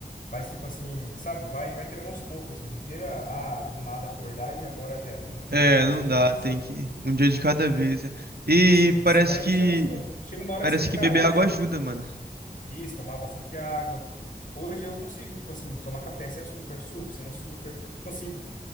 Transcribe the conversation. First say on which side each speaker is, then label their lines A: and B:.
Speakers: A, on the left; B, on the right.
A: Mas tipo assim, sabe, vai, vai tirando aos poucos, assim, não queira, ah, do nada acordar e agora gera, não, não
B: É,
A: consumo
B: não dá,
A: mais, sabe?
B: tem que um dia de cada vez. né? E
A: Isso, e aí
B: parece
A: você vai
B: que
A: deixando aos poucos. Chega uma hora
B: parece
A: que você,
B: que
A: cara,
B: beber
A: hoje,
B: água ajuda, mano.
A: isso, tomar bastante água. Hoje eu consigo, tipo assim, tomar café sem açúcar, suco sem açúcar, consigo